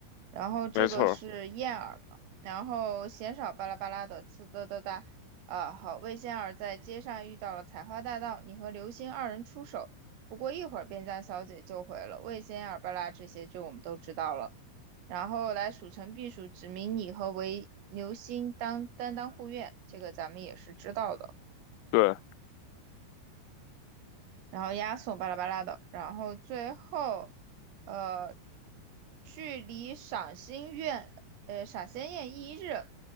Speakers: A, on the right; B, on the left.
A: 然后这个是燕儿嘛，
B: 没错儿，
A: 然后鲜少巴拉巴拉的呲哒哒哒，啊，好，魏仙儿在街上遇到了采花大盗，你和刘星二人出手，不过一会儿便将小姐救回了。魏仙儿巴拉这些就我们都知道了，然后来数城避暑，指明你和韦刘星当担当护院，这个咱们也是知道的。
B: 对，
A: 然后押送巴拉巴拉的，然后最后，呃，距离赏心宴，呃，赏心宴一日，